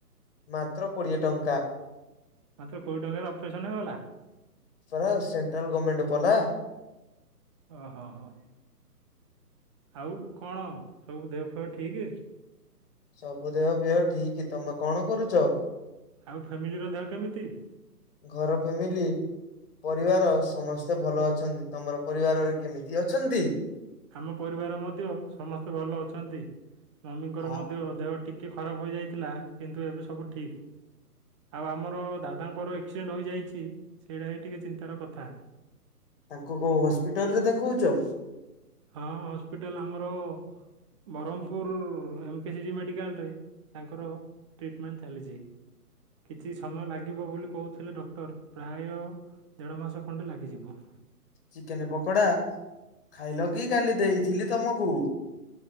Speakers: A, on the left; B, on the right.
A: ମାତ୍ର କୋଡ଼ିଏ ଟଙ୍କା।
B: ମାତ୍ର କୋଡିଏ ଟଙ୍କାରେ ଅପରେସନ ହେଇଗଲା।
A: ରା ସେଣ୍ଟ୍ରାଲ ଗର୍ମେଣ୍ଟ। ପଲା।
B: ଓ ହୋ ହଁ। ଆଉ କଣ ସବୁ ଦେହ ଫେହ ଠିକ।
A: ସବୁ ଦେହ ପେହ ଠିକ ତମେ କଣ କରୁଛ?
B: ଆଉ ଫ୍ୟାମିଲି ର ଦେହ କେମିତି?
A: ଘର ଫ୍ୟାମିଲି ପରିବାର ସମସ୍ତ ସେ ଭଲ ଅଛନ୍ତି, ତମର ପରିବାରରେ କେମିତି ଅଛନ୍ତି?
B: ଆମ ପରିବାର ମଧ୍ୟ ସମସ୍ତେ ଭଲ ଅଛନ୍ତି, ମମିଙ୍କର
A: ଆ
B: ମଧ୍ୟ ଦେହ ଠିକ ଟିକେ ଖରାପ ହୋଇଯାଇଥିଲା, କିନ୍ତୁ ଏବେ ସବୁ ଠିକ ଆଉ ଆମର ଦାଦାଙ୍କର ଆକ୍ସିଡେଣ୍ଟ ହୋଇଯାଇଛି ସେଇଟା ହିଁ ଟିକେ ଚିନ୍ତାର କଥା
A: ତାଙ୍କୁ କୋଉ ହସ୍ପିଟାଲ ରେ ଦେଖଉଛ?
B: ହଁ ହସ୍ପିଟାଲ ଆମର ବ୍ରହ୍ମପୁର ଏମକେସିଜି ମେଡ଼ିକାଲରେ ତାଙ୍କର ଟ୍ରିଟମେଣ୍ଟ ଚାଲିଛି। କିଛି ସମୟ ଲାଗିବ ବୋଲି କହୁଥିଲେ ଡକ୍ଟର ପ୍ରାୟ ଦେଢ ମାସ ଖଣ୍ଡେ ଲାଗିଯିବ
A: ଚିକେନ ପକୋଡା ଖାଇଲ କି କାଲି ଦେଇଥିଲି ତମକୁ